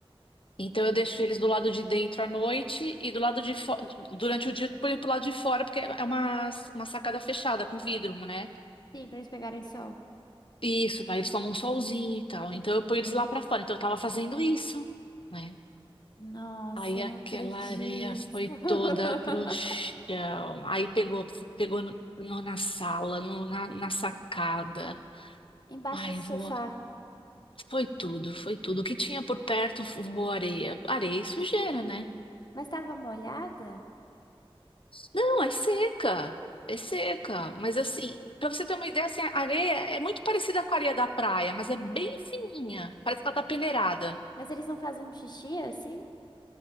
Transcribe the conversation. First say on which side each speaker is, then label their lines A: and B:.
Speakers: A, on the left (about 60°); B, on the left (about 45°).
A: Então eu deixo eles do lado de dentro à noite e do lado de fo... durante o dia eu ponho pro lado de fora, porque é uma, uma sacada fechada com vidro, né?
B: sim, pra eles pegarem sol.
A: Isso, aí eles tomam um solzinho e tal. Então eu ponho eles lá para fora. Então eu tava fazendo isso, né?
B: Nossa,
A: Aí
B: não
A: aquela
B: acredito.
A: areia foi
B: <laughs>
A: toda pro chão. Aí pegou, pegou no, no- na sala, no- na, na sacada.
B: Embaixo
A: Ai,
B: do sofá.
A: voou. Foi tudo, foi tudo. O que tinha por perto voou areia. Areia e sujeira, né?
B: Mas estava molhada?
A: Não, é seca. É seca. Mas assim, pra você ter uma ideia, assim, a areia é muito parecida com a areia da praia, mas é bem fininha. Parece que ela tá peneirada.
B: Mas eles não fazem um xixi assim?